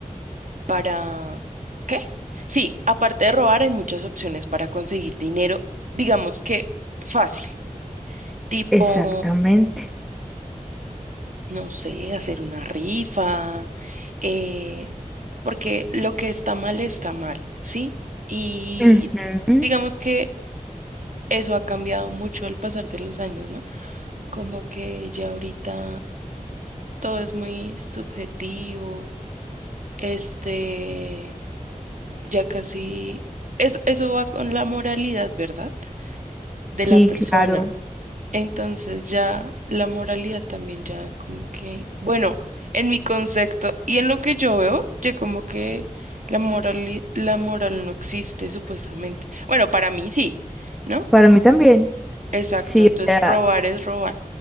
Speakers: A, on the right; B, in the centre.
A: para, ¿qué? Sí, aparte de robar, hay muchas opciones para conseguir dinero, digamos que fácil, tipo,
B: exactamente.
A: no sé, hacer una rifa, eh, porque lo que está mal está mal, ¿sí? Y
B: Ujú.
A: digamos que eso ha cambiado mucho al pasar de los años, ¿no? como que ya ahorita todo es muy subjetivo, este, ya casi, es, eso va con la moralidad, ¿verdad? De
B: Sí,
A: la persona.
B: claro.
A: Entonces ya la moralidad también ya como que, bueno, en mi concepto y en lo que yo veo, ya como que la moral, la moral no existe supuestamente. Bueno, para mí sí, ¿no?
B: Para mí también.
A: Exacto,
B: Sí,
A: entonces
B: o sea,
A: robar es robar.